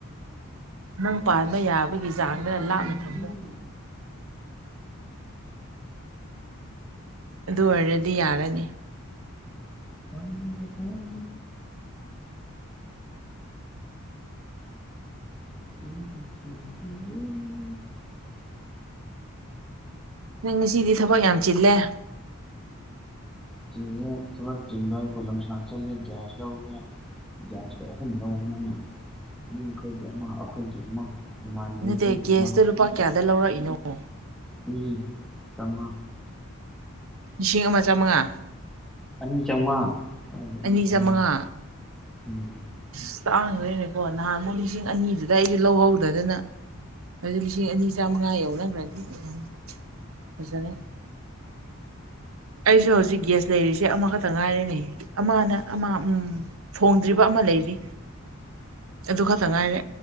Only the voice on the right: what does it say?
ꯅꯪ ꯄꯥꯟꯕ ꯌꯥꯕꯒꯤ ꯆꯥꯡꯗ
ꯂꯥꯞꯅ ꯊꯝꯃꯣ ꯑꯗꯨ ꯑꯣꯏꯔꯗꯤ ꯌꯥꯔꯅꯤ꯫
ꯅꯪ ꯉꯁꯤꯗꯤ ꯊꯕꯛ ꯌꯥꯝ ꯆꯤꯜꯂꯦ꯫
ꯅꯠꯇꯦ
ꯒꯦꯁꯇꯨ
ꯂꯨꯄꯥ ꯀꯌꯥꯗ ꯂꯧꯔꯛꯏꯅꯣ꯫ ꯑꯥ <unintelligible>
ꯂꯤꯁꯤꯡ ꯑꯃ ꯆꯃꯉꯥ
ꯑꯅꯤ
ꯆꯃꯉꯥ
ꯑꯁ ꯇꯥꯡꯗꯣꯏꯅꯦꯀꯣ ꯅꯍꯥꯟꯃꯨꯛ ꯂꯤꯁꯤꯡ ꯑꯅꯤꯗꯨꯗ ꯑꯩꯗꯤ ꯂꯧꯍꯧꯗꯗꯅ ꯑꯗꯨꯗꯤ ꯂꯤꯁꯤꯡ ꯑꯅꯤ ꯆꯥꯝꯃꯉꯥ ꯌꯧꯅꯈ꯭ꯔꯗꯤ ꯎꯝ ꯐꯖꯔꯦ꯫ ꯑꯩꯁꯨ ꯍꯧꯖꯤꯛ ꯒ꯭ꯌꯥꯁ ꯂꯩꯔꯤꯁꯦ ꯑꯃꯈꯛꯇ ꯉꯥꯏꯔꯤꯅꯦ ꯑꯃꯅ ꯑꯃ ꯐꯣꯡꯗ꯭ꯔꯤꯕ ꯑꯃ ꯂꯩꯔꯤ ꯑꯗꯨ ꯈꯛꯇ ꯉꯥꯏꯔꯦ꯫